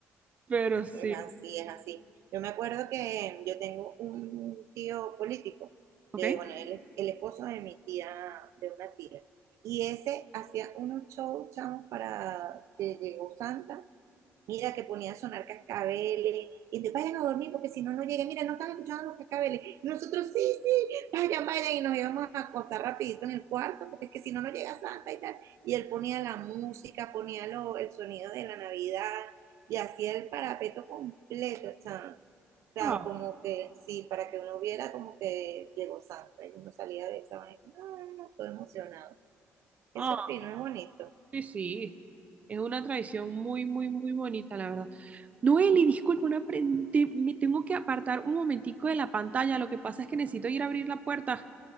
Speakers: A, on the right (about 25°); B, on the right (about 70°).
A: pero sí,
B: es así, es así. Yo me acuerdo que yo tengo un tío político,
A: ¿ok?
B: que bueno, él es el esposo de mi tía, de una tía, y ese hacía unos shows, chavos, para que llegó Santa. Mira que ponía a sonar cascabeles, y entonces vayan a dormir porque si no, no llegan. Mira, no están escuchando los cascabeles. Y nosotros, sí, sí, vayan, vayan, y nos íbamos a acostar rapidito en el cuarto porque es que si no, no llega Santa y tal. Y él ponía la música, ponía lo, el sonido de la Navidad y hacía el parapeto completo, o sea, o
A: Ah,
B: sea, como que sí, para que uno viera como que llegó Santa. Yo no salía de esa vaina, ah, todo emocionado. Eso
A: ah,
B: es fino, es bonito.
A: sí, sí, es una tradición muy, muy, muy bonita, la verdad. Noeli, disculpa, una pre- te- me tengo que apartar un momentico de la pantalla, lo que pasa es que necesito ir a abrir la puerta.